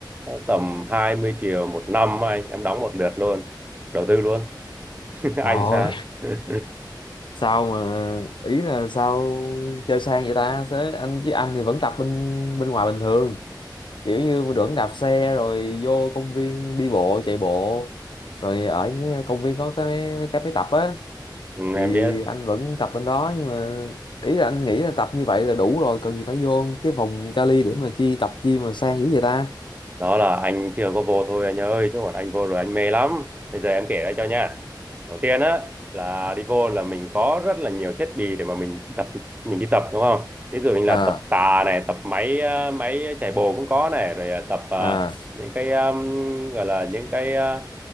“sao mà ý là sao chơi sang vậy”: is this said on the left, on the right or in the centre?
Left